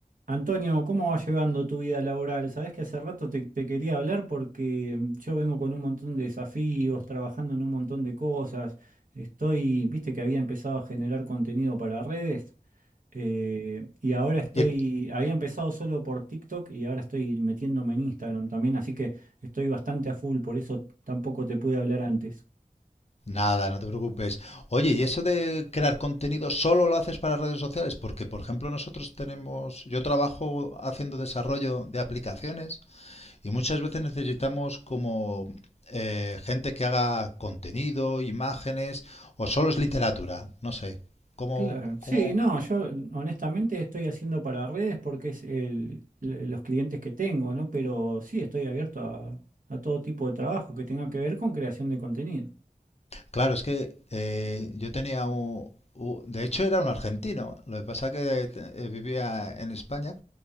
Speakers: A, on the right; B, on the left.
A: Antonio, ¿cómo va llevando tu vida laboral? Sabés que hace rato te, te quería hablar porque mm, yo vengo con un montón de desafíos, trabajando en un montón de cosas. Estoy, viste que había empezado a generar contenido para redes eh, y ahora estoy,
B: Y-
A: había empezado solo por TikTok y ahora estoy metiéndome en Instagram también, así que estoy bastante a full, por eso tampoco te pude hablar antes.
B: Nada, no te preocupes. Oye, ¿y eso de crear contenido solo lo haces para redes sociales? Porque, por ejemplo, nosotros tenemos, yo trabajo haciendo desarrollo de aplicaciones y muchas veces necesitamos como eh, gente que haga contenido, imágenes, o solo es literatura, no sé. ¿Cómo,
A: Claro. Sí,
B: cómo?
A: no, yo honestamente estoy haciendo para redes porque es el, l- los clientes que tengo, ¿no? Pero sí, estoy abierto a, a todo tipo de trabajo que tenga que ver con creación de contenido.
B: Claro, es que eh, yo tenía un, u- de hecho era un argentino, lo que pasa que eh, vivía en España